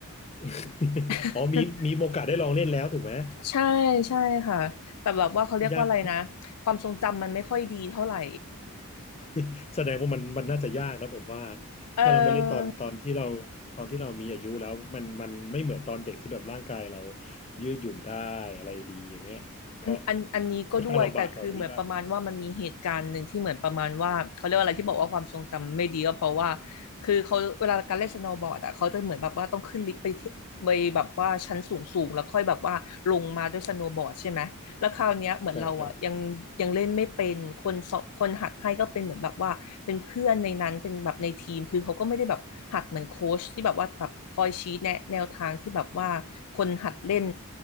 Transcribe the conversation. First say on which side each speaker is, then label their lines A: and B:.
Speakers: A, on the left; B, on the left.
A: <laughs>
B: <laughs>
A: อ๋อมีมีโอกาสได้ลองเล่นแล้วถูกไหม
B: ใช่ใช่ค่ะแต่แบบว่าเขาเรียกว่าอะไรนะความทรงจำมันไม่ค่อยดีเท่าไหร่
A: ยาก <laughs> แสดงว่ามันมันน่าจะยากนะผมว่า
B: <laughs> เออ
A: ถ้าเรามาเล่นตอนตอนที่เราตอนที่เรามีอายุแล้วมันมันไม่เหมือนตอนเด็กที่แบบร่างกายเรายืดหยุ่นได้อะไรดีอย่างเงี้ยก็
B: อันอันอันนี้ก็ด้วยแต่คือเหมือนประมาณว่ามันมีเหตุการณ์หนึ่งที่เหมือนประมาณว่าเขาเรียกว่าอะไรที่บอกว่าความทรงจำไม่ดีก็เพราะว่า
A: ค่อนข้างลำบากหน่อยผมคิดว่า
B: คือเขาเวลาการเล่นสโนว์บอร์ดอ่ะเขาจะเหมือนแบบว่าต้องขึ้นลิฟต์ไปที่ไปแบบว่าชั้นสูงสูงแล้วค่อยแบบว่าลงมาด้วยสโนว์บอร์ดใช่ไหมแล้วคราวเนี้ยเหมือนเราอ่ะยังยังเล่นไม่เป็นคนสอนคนหัดให้ก็เป็นเหมือนแบบว่าเป็นเพื่อนในนั้นเป็นแบบในทีมคือเขาก็ไม่ได้แบบหัดเหมือนโค้ชที่แบบว่าแบบคอยชี้แนะแนวทางที่แบบว่าคนหัดเล่น
A: ใช่ใช่